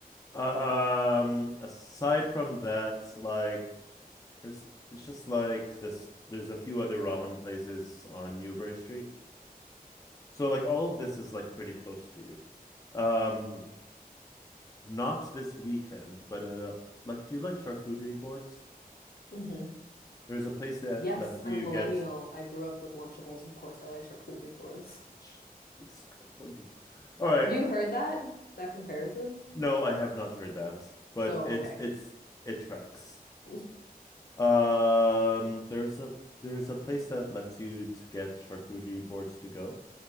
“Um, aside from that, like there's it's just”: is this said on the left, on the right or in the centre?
Left